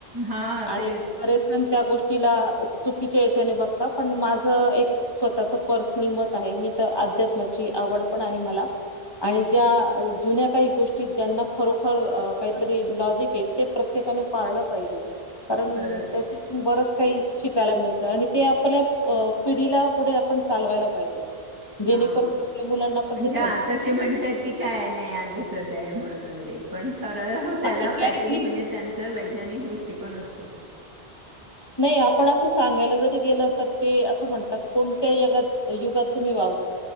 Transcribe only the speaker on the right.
हां
तेच
खरंच
हा
म्हणजे
आताचे म्हणतय की काय नाही अंध श्रद्धा आहे म्हणून वगैरे पण खरं त्याला
काहीतरी
म्हणजे त्यांचंका ज्ञनी दृष्टिकोन असतो.